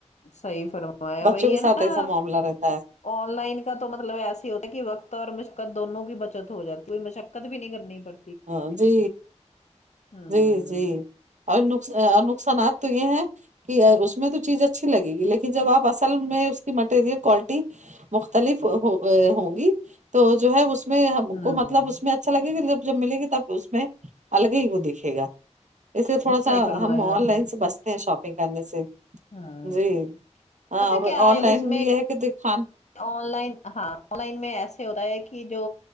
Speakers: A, on the left; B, on the right.
A: صحیح فرمایا
B: بچوں
A: وہی
B: کے
A: ہے
B: ساتھ
A: نا
B: ایسا معاملہ رہتا ہے
A: آن لائن کا تو مطلب ایسے ہی ہوتا ہے کہ وقت اور مشقت دونوں کی بچت ہو جاتی کوئی مشقت بھی نہیں کرنی پڑ
B: ہاں جی
A: ہوں
B: جی جی اور نق نقصانات تو یہ ہیں کہ اس میں تو چیز اچھی لگ گی لیکن جب آپ اصل میں اس کی مٹیریل کوالٹی مختلف ہوں گی تو جو ہے اس اس میں ہم
A: ہوں
B: کو مطلب اس میں اچھا لگے گا جب جب ملے گی تب اس میں الگ ہی وہ دکھے گا اس لیے تھوڑا سا
A: صحیح فرمایا
B: ہم آن
A: آپ
B: لائن
A: نے
B: سے بچتے ہیں شاپنگ کرنے سے
A: ہوں
B: جی ہاں
A: پتا
B: اور
A: کیا
B: آن
A: ہے
B: لائن
A: اس
B: میں یہ ہے کہ دکان
A: آن لائن ہاں آن لائن میں ایسے ہوتا ہے کہ جو